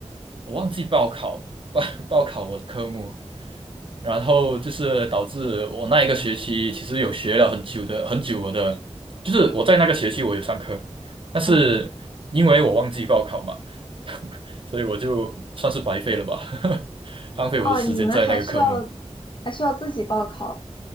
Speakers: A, on the right; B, on the left.
A: 我忘记报考报报考我的科目，然后就是导致我那一个学期其实有学了很久的很久我的，就是我在那个学期我有上课，但是因为我忘记报考嘛，
B: 嗯，
A: <laughs> 所以我就算是白费了吧，<laughs> 浪费我的时间在那个科目。
B: 哦，你们还需要还需要自己报考